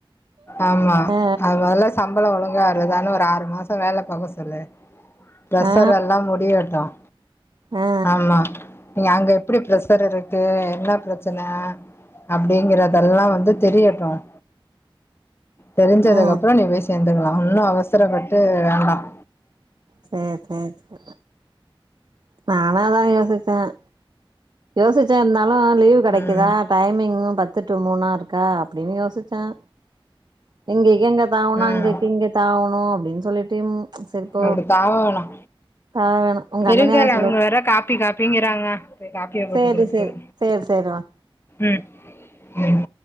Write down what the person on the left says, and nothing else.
ஆமா
அது முதல்ல சம்பளம் ஒழுங்கா வருதான்னு ஒரு ஆறு மாசம் வேலை பாக்க சொல்லு பிரசர்
எல்லாம் முடியட்டும்
ஆமா நாங்க எப் படி பிரஷர் இருக்கு என்ன பிரச்சனை அப்படிங்கறதெல்லாம் வந்து தெரியட்டும் தெரிஞ்சதுக்கு
அப்புறம் நீ போயி சேந்துக்கலாம் ஒன்னும் அவசரப்பட்டு வேண்டாம்
ம்
ம்
அப்டி தாவ வேணா
இருக்கு
அவங்க வேற காப்பி காப்பிங்கிறாங்க போய் காப்பியா போட்டு
குடுத்துட்டுவரே
ம் ம்